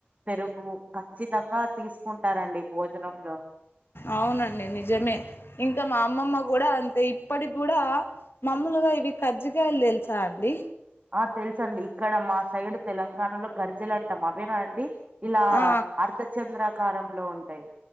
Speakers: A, on the right; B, on the left.
A: పెరుగు ఖచ్చితంగా తీసుకుంటారండి భోజనంలో
B: అవునండి నిజమే ఇంకా మా అమ్మమ్మ కూడా అంతే ఇప్పటికి కూడా మామూలుగా ఇవి కజ్జికాయలు తెలుసా అండి
A: ఆ తెలుసు అండి ఇక్కడ మా సైడ్ తెలంగాణలో గర్జలు అంటాం అవేనా అండి ఇలా
B: ఆ
A: అర్ధ చంద్రాకారంలో ఉంటాయి